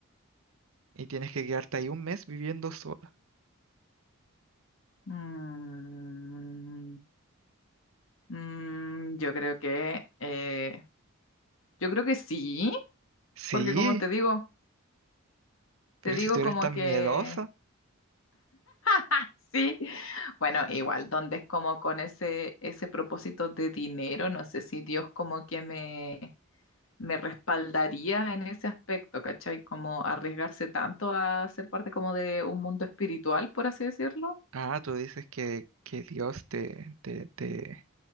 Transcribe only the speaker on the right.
y tienes que quedarte ahí un mes viviendo sola.
Sí,
pero
si tú eres
tan
miedosa,
ah, tú dices que, que Dios te, te, te